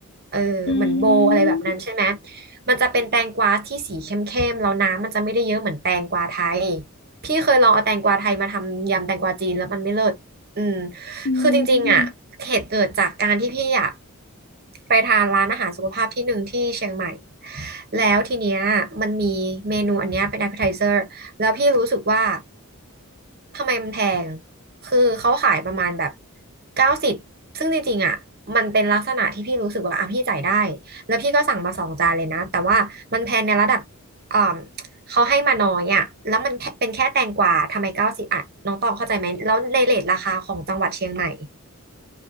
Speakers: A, on the right; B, on the left.
A: เออเหมือนโบอือะไรมแบบนั้นใช่ไหม
B: อืม
A: มันจะเป็นแตงกวาที่สีเข้มๆแล้วน้ำมันจะไม่ได้เยอะเหมือนแตงกวาไทยพี่เคยลองเอาแตงกวาไทยมาทำยำแตงกวาจีนแล้วมันไม่เลิศอืม
B: อืม
A: คือจริงๆอ่ะ เหตุเกิดจากการที่พี่อ่ะไปทานร้านอาหารสุขภาพที่หนึ่งที่เชียงใหม่ แล้วทีเนี้ยมันมีเมนูอันเนี้ยเป็น appetizer แล้วพี่รู้สึกว่าทำไมมันแพง คือเขาขายประมาณแบบเก้าสิบซึ่งจริงๆอ่ะมันเป็นลักษณะที่พี่รู้สึกว่าอ่ะพี่จ่ายได้ แล้วพี่ก็สั่งมาสองจานเลยนะ แต่ว่ามันแพงในระดับอ่า เขาให้มาน้อยอ่ะแล้วมันเป็นแค่แตงกวาทำไมเก้าสิบอ่ะน้องตองเข้าใจไหม แล้วในเรทราคาของจังหวัดเชียงใหม่